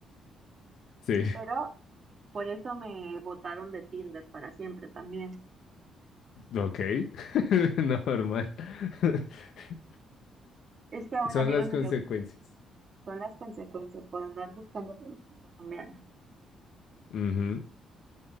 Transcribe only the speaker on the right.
pero por eso me botaron de Tinder para siempre también.
Es que a un
amigo
se
le oc- son las consecuencias por andar buscando producto colombiano.